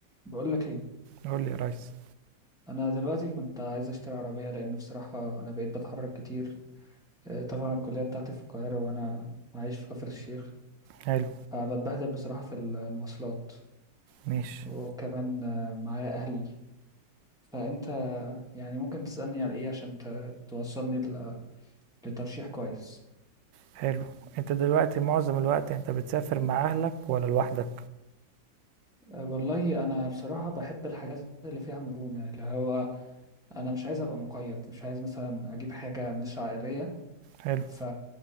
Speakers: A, in the centre; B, on the right.
A: بقول لك ايه
B: قول لي يا ريس
A: انا دلوقتي كنت عايز اشتري عربيه لان بصراحه انا بقيت بتحرك كتير آه، طبعا الكليه بتاعتي في القاهره وانا عايش في كفر الشيخ
B: حلو
A: فبتبهدل بصراحه في ال- المواصلات
B: ماشي
A: وكمان آه، معايا اهلي فانت يعني ممكن تسالني على ايه عشان ت- توصلني ل- لترشيح كويس
B: حلو انت دلوقتي معظم الوقت انت بتسافر مع اهلك ولا لوحدك
A: آه، والله انا بصراحه بحب الحاجات اللي فيها مرونه اللي هو انا مش عايز ابقى مقيد مش عايز مثلا اجيب حاجه مش عائليه
B: حلو
A: ف